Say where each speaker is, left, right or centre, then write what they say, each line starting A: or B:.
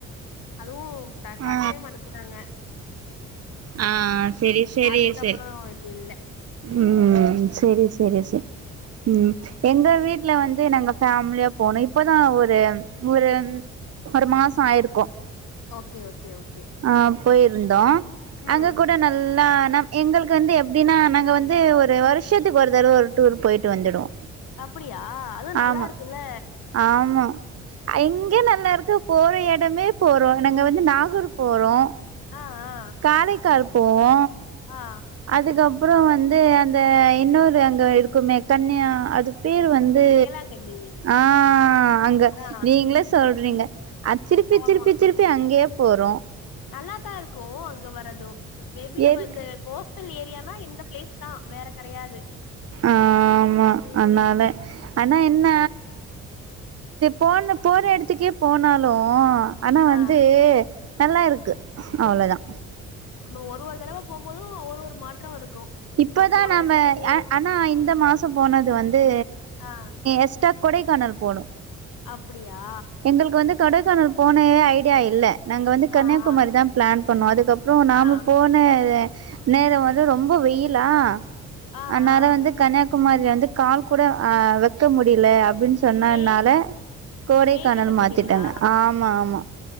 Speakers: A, on the left; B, on the right.
A: அதுவூ த ஃபர்ஸ்ட்
B: ஆ
A: டைம் அனுப்புனாங்க
B: ஆ செரி செரி
A: அதுக்கப்புறோ
B: செ
A: எதுவு இல்ல
B: ம் செரி செரி
A: ம்
B: செ ம் எங்க வீட்ல வந்து நாங்க ஃபேமிலியா போனோ இப்பதா ஒரு ஒரு ஒரு மாசோ ஆயிருக்கோ
A: ஓகே ஓகே ஓகே
B: ஆ போயிருந்தோ
A: ம்
B: அங்க கூட ந ஃபுல்லா ஆனா எங்களுக்கு வந்து எப்டின்னா நாங்க வந்து ஒர் ஒரு வருஷோத்துக்கு ஒரு தடவ ஒரு டூர் போயிட்டு வந்துடுவோ
A: அப்படியா அதுவூ நல்லா
B: ஆமா
A: இருக்கூல்ல
B: ஆமா ஆயிங்க நல்லா இருக்குப் போற எடமே போறோ நாங்க வந்து நாகூர் போறோ
A: ஆ ஆ
B: காரைக்கால் போவோ
A: ஆ
B: அதுக்கப்றோ வந்து அந்த இன்னொரு அங்க இருக்குமே கன்னயா அது பேர் வந் து
A: வேளாங்கண்ணி
B: ஆ அங்க
A: ஆ
B: நீங்களே சொல்றீங்க ஆ திருப்பி
A: ஆமா
B: திருப்பி திருப்பி அங்கேயே போறோ
A: நல்லாதா இருக்கு அங்க வரது மேபி நம்ம
B: என்
A: இந்த கோஸ்டல் ஏரியானா இந்தந்த பிளேஸ் தா வேற கெடையாது
B: ஆமா
A: ம்
B: அதனால ஆனா என்ன போன போன எடத்துக்கே போனாலு ஆனா
A: ஆ
B: வந்து நல்லா இருக்கு அவ்ளோதா
A: நம்ம ஒரு ஒரு தடவ போம்போது ஒரு ஒரு மாற்றம் இருக்கு
B: இப்பதா
A: இப்போ போன
B: நம்ம
A: வருஷத்துக்கு
B: ஆனா இந்த மாச போனது வந்து
A: ஆ
B: எஸ் கொடைக்கானல் போனோ
A: அப்பிடியா
B: எங்களுக்கு வந்து கொடைக்கானல் போன ஐடியா இல்ல நாங்க வந்து கன்னியாகுமாரி
A: ஆ ஆ
B: தா பிளான் பண்ணோ அதுக்கப் நாம
A: ஆ
B: போன நேர வந்து ரொம்ப வெயிலா
A: ஆ
B: அதனால
A: ஆ
B: வந்து கன்னியாகுமாரில வந்து கால் கூட ஆ வைக்க முடில அப்டின்னு சொன்னனால
A: மே
B: கோடைக்கானல்
A: மே கிட்ட
B: மாத்திட்டாங்க
A: போனீங்களா
B: ஆமா ஆமா